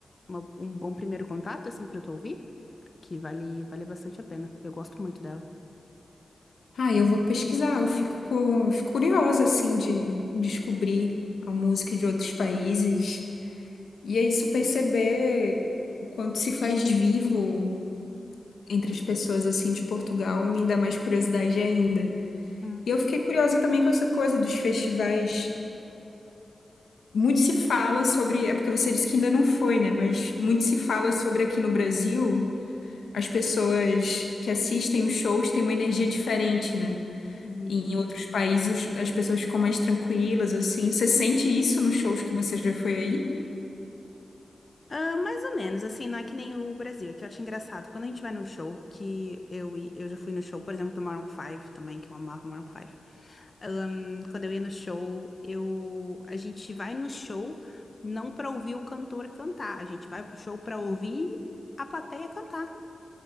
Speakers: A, on the left; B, on the left.
A: uma- um bom primeiro contato, assim, pra tu ouvir, que vale, vale bastante a pena. Eu gosto muito dela.
B: Ah, eu vou pesquisar, eu fico, fico curiosa, assim, de descobrir a música de outros países. E é isso, perceber
A: Uhum,
B: o quanto se faz vivo entre as pessoas, assim, de Portugal, me dá mais curiosidade ainda.
A: uhum,
B: E eu fiquei curiosa também com essa coisa dos festivais Muito se fala sobre, é porque você disse que ainda não foi, né? Mas muito se fala sobre aqui no Brasil, as pessoas que assistem os shows têm uma energia diferente, né?
A: uhum.
B: E em outros países os- as pessoas ficam mais tranquilas, assim. Você sente isso nos shows que você já foi aí?
A: Ah, mais ou menos, assim, não é que nem o Brasil, que eu acho engraçado. Quando a gente vai num show, que eu, i- eu já fui no show, por exemplo, do Maroon Five também, que eu amava o Maroon Five Ahn, quando eu ia no show, eu, a gente vai no show não pra ouvir o cantor cantar, a gente vai pro show pra ouvir a plateia cantar.